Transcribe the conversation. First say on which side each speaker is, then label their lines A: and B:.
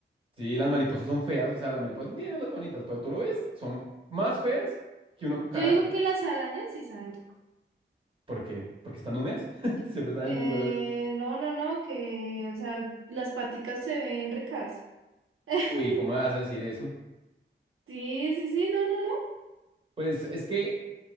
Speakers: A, on the right (about 25°); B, on the right (about 80°).
A: Sí, las mariposas son feas, o sea, las mariposas tienen las bonitas, pero tú lo ves, son más feas que una cucaracha.
B: Yo digo que las arañas sí saben rico.
A: ¿Por qué? Porque están húmedas, <laughs> siempre están
B: Eh,
A: en lugares...
B: no, no, no, que, o sea, las paticas se ven ricas. <laughs>
A: Uy, ¿cómo vas a decir eso?
B: Sí, sí, sí, no, no, no.
A: Pues es que,